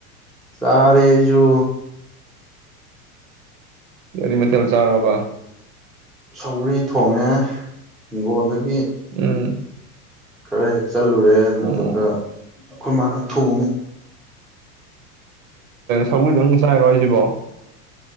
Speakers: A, in the centre; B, on the right (about 60°).
A: ꯆꯔꯦ ꯑꯩꯁꯨ
B: ꯀꯔꯤ ꯃꯊꯦꯜ ꯆꯥꯔꯕ
A: ꯁꯧꯒ꯭ꯔꯤ ꯊꯣꯡꯉꯦ ꯍꯤꯡꯒꯣꯟꯗꯒꯤ
B: ꯎꯝ
A: <unintelligible> ꯆꯠꯂꯨꯔꯦ ꯑꯗꯨꯗꯨꯒ
B: ꯑꯣ
A: ꯑꯩꯈꯣꯏ ꯃꯥꯅ ꯊꯣꯡꯉꯤ
B: ꯁꯧꯒ꯭ꯔꯤ ꯗꯥꯪꯒ ꯆꯥꯏꯔꯣ ꯍꯥꯏꯁꯤꯕꯣ